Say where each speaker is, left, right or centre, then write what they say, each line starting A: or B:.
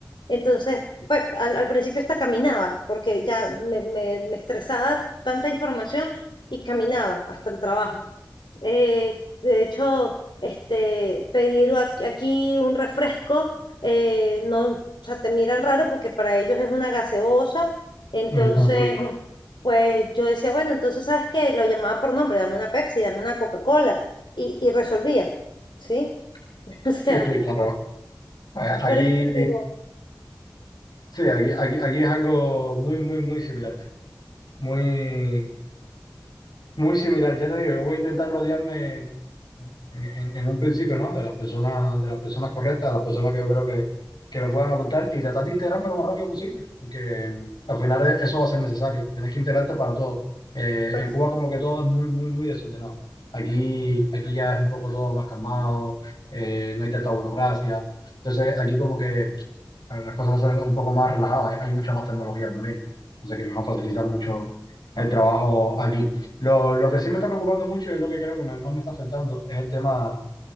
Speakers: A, on the left (about 85°); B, on the left (about 70°).
A: Entonces, pues, al, al principio hasta caminaba, porque ya me, me, me estresaba tanta información y caminaba hasta el trabajo. Eh, de hecho, este, pedir a- aquí un refresco, eh, no, o sea, te miran raro porque para ellos es una gaseosa. Entonces,
B: Ujú.
A: Ujú. pues yo decía, bueno, entonces, ¿sabes qué? Lo llamaba por nombre, dame una Pepsi, dame una Coca-Cola y, y resolvía, ¿sí? <laughs> O sea,
B: Sí, sí, claro. Eh, Aquí,
A: pero eso me pegó.
B: sí, aquí, aquí, aquí es algo muy, muy, muy similar. Muy, Muy similar, ya te digo, yo voy a intentar rodearme en, en- en un principio, ¿no? De las personas, de las personas correctas, de las personas que yo creo que, que me puedan aportar y tratar de integrarme lo más rápido posible, porque mm, al final e- eso va a ser necesario. Tienes que integrarte para todo. Eh,
A: Pues
B: en Cuba
A: sí,
B: como que todo es muy, muy, muy desordenado. Aquí, aquí ya es un poco todo más calmado, eh, no hay tanta burocracia. Entonces aquí como que a ver, las cosas son un poco más relajadas, hay hay mucha más tecnología también, entonces que me va a facilitar mucho el trabajo aquí. Lo, lo que sí me está preocupando mucho y es lo que creo que me- más me está afectando es el tema,